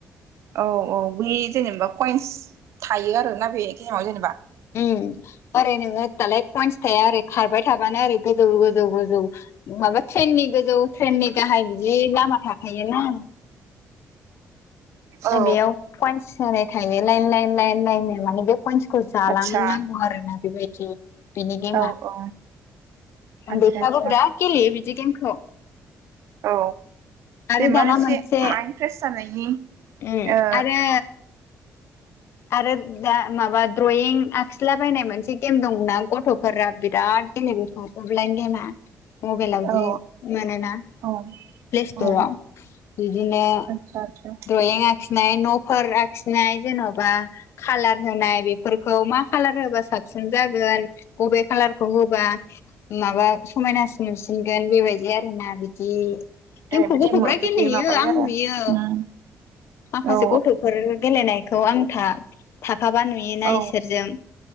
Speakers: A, on the right; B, on the left.
A: औ औ बे जेनेबा कइन्स थायो आरोना बे गेेमाव जेनेबा
B: ओम ओरैनोङो दालाय कइन्स थाया ओरै खारबाय थाबानो ओरै गोजौ गोजौ गोजौ माबा ट्रेननि गोजौ ट्रेननि गाहाय बिदि लामा थाखायोना
A: औ
B: बेयाव कइन्स होनाय थायो लाइन लाइन लाइन लाइन नो माने बे खइन्सखौ जालांनांगौ
A: आदसा
B: आरो ना बेबायदि बिनि गेमा
A: औ औ आदसा
B: उन्दैफ्राबो
A: आदसा
B: बिराद गेलेयो बिदि गेमखौ
A: औ
B: आरो
A: जेनबा
B: दाना
A: एसे
B: मोनसे
A: माइन्द फ्रेस जानायनि
B: उम
A: ओ
B: आरो आरो दा माबा द्रयिं आखिला बायनाय मोनसे गेम दंना गथ'फोरा बिराद गेलेयो बेखौ अफलाइ गेमा मबाइलावदि
A: औ
B: मोनोना
A: औ
B: प्लेस्टराव
A: औ
B: बिदिनो
A: आतसा आतसा
B: ड्रयिं आखिनाय न'फोर आ खिनाय जेन'बा खालार होनाय बेफोरखौ मा खालार होबा साबसिन जागोन। अबे खालारखौ होबा माबा समायनासिन नुसिनगोन बेबायदि आरोना बिदि गेमखौ
A: ए बिदि
B: गथ'फ्रा गेलेहैयो
A: बिदि माबायो
B: आं
A: आरो
B: नुयो।
A: उम
B: माखासे
A: औ
B: गथ'फोर गेलेनायखौ आं था थाफाबा नुयोना
A: औ
B: इसोरजों